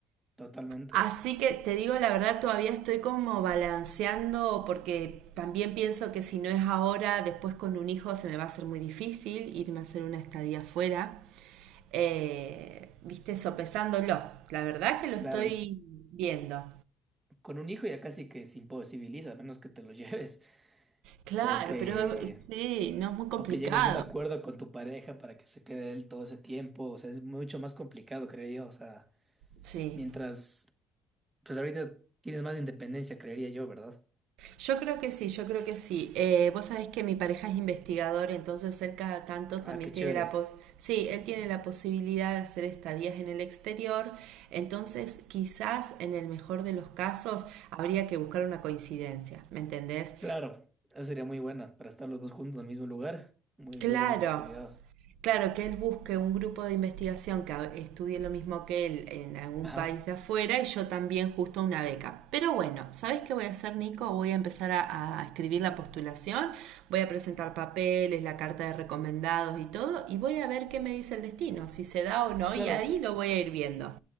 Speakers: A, on the right; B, on the right.
A: totalmente.
B: Así que te digo la verdad, todavía estoy como balanceando porque también pienso que si no es ahora, después con un hijo se me va a hacer muy difícil irme a hacer una estadía afuera. Eh, viste, sopesándolo. La verdad que lo
A: Claro,
B: estoy
A: y
B: viendo.
A: con un hijo ya casi que se imposibiliza, a menos que te lo <laughs> lleves.
B: Claro,
A: O que,
B: pero sí, no es muy complicado.
A: o que llegues a un acuerdo con tu pareja para que se quede él todo ese tiempo. O sea, es mucho más complicado, creería yo. O sea,
B: Sí.
A: mientras, pues ahorita tienes más independencia, creería yo, ¿verdad?
B: Yo creo que sí, yo creo que sí. Eh, vos sabés que mi pareja es investigador, entonces él cada tanto
A: Ah,
B: también
A: qué
B: tiene
A: chévere.
B: la pos- sí, él tiene la posibilidad de hacer estadías en el exterior, entonces quizás en el mejor de los casos habría que buscar una coincidencia, ¿me entendés?
A: Claro, esa sería muy buena para estar los dos juntos en el mismo lugar. Muy,
B: Claro,
A: muy buena oportunidad.
B: Claro, que él busque un grupo de investigación que estudie lo mismo que él en algún
A: Ajá.
B: país de afuera y yo también justo una beca. Pero bueno, ¿sabes qué voy a hacer, Nico? Voy a empezar a, a escribir la postulación, voy a presentar papeles, la carta de recomendados y todo, y voy a ver qué me dice el destino, si se da o no,
A: Claro,
B: y ahí lo voy a ir viendo.